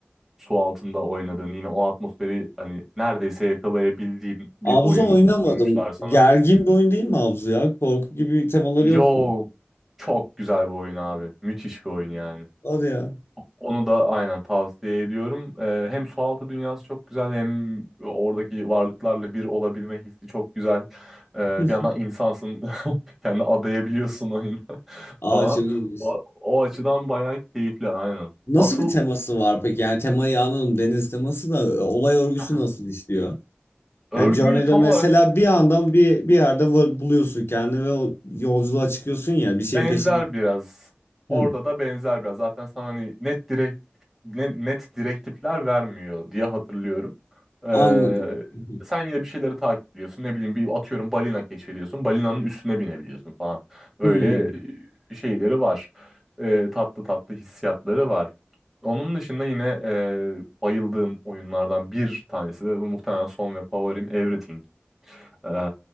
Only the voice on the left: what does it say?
Abzu
oynamadım.
Gergin bir oyun değil mi Abzu ya? Korku gibi temaları
yok mu?
Hadi ya.
<laughs>
Aa
çok iyiymiş.
Nasıl
bir teması var peki? Yani temayı anladım. Deniz teması da e, olay örgüsü
nasıl işliyor?
Yani Journey'de
mesela
bir anda bir bir yerde var- buluyorsun kendini ve o yolculuğa çıkıyorsun ya bir şeyin
peşinde.
Hı,
anladım. Hı,
hı.